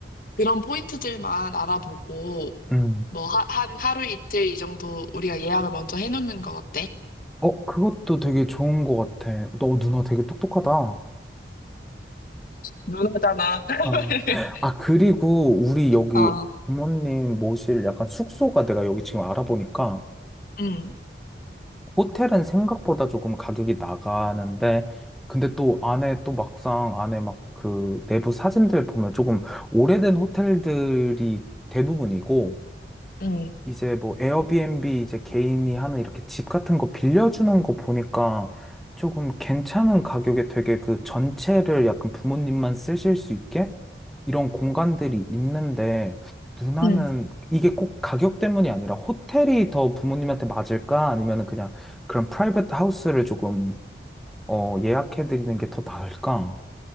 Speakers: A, on the left; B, in the centre.
A: 그런 포인트들만 알아보고
B: 음.
A: 뭐 하, 한 하루 이틀 이 정도 우리가 예약을 먼저 해놓는 건 어때?
B: 어, 그것도 되게 좋은 것 같아. 너 누나 되게 똑똑하다.
A: 누나잖 <laughs>
B: 아, 아, 그리고 우리 여기
A: 아 아,
B: 부모님 모실 약간 숙소가 내가 여기 지금 알아보니까
A: 응,
B: 호텔은 생각보다 조금 가격이 나가는데, 근데 또 안에 또 막상 안에 막 그 내부 사진들 보면 조금 오래된 호텔들이 대부분이고,
A: 응,
B: 이제 뭐 에어비앤비 이제 개인이 하는 이렇게 집 같은 거 빌려주는 거 보니까 조금 괜찮은 가격에 되게 그 전체를 약간 부모님만 쓰실 수 있게 이런 공간들이 있는데 누나는
A: 응.
B: 이게 꼭 가격 때문이 아니라 호텔이 더 부모님한테 맞을까? 아니면은 그냥 그런 프라이빗 하우스를 조금 어, 예약해드리는 게 더 나을까?